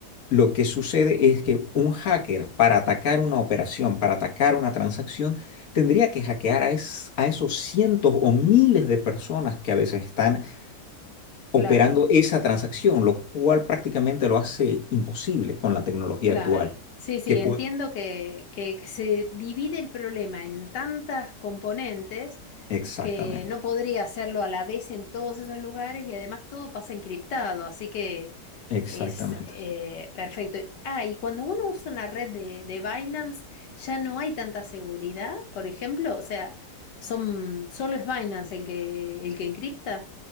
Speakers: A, on the left; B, on the left.
A: lo que sucede es que un hacker para atacar una operación, para atacar una transacción, tendría que hackear a, es- a esos cientos o miles de personas que a veces están operando
B: claro.
A: esa transacción, lo cual prácticamente lo hace imposible con la tecnología
B: Claro,
A: actual.
B: sí, sí,
A: Que puede?
B: entiendo que, que se divide el problema en tantas componentes
A: Exactamente,
B: que no podría hacerlo a la vez en todos esos lugares y además todo pasa encriptado, así que
A: exactamente.
B: es eh, perfecto. Ah, y cuando uno usa una red de, de Binance ya no hay tanta seguridad, por ejemplo, o sea, son, solo es Binance el que, el que encripta.